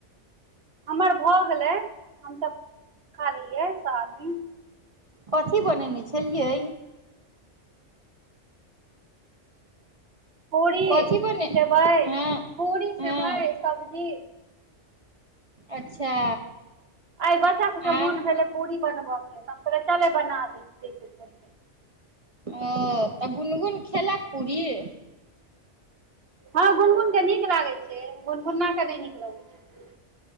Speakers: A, on the right; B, on the right.
A: हमर भऽ गेलै हमसभ खा लेलियै सए आदमी
B: कथी बनेने छलियै
A: पूड़ी
B: कथी बने
A: सेवइ
B: हँ
A: पूड़री
B: हँ
A: सेवइ सब्जी
B: अच्छा
A: एहिइ बच्चा सभके
B: आर
A: मोन भेलै पूरी बनबयके चले बनाबै दै छिय
B: ओ तऽ गुनगुन खेलक पूरीय
A: हँ गुनगुन कऽ नीक लागै छै गुनगुननाे नहि नीक लगै छै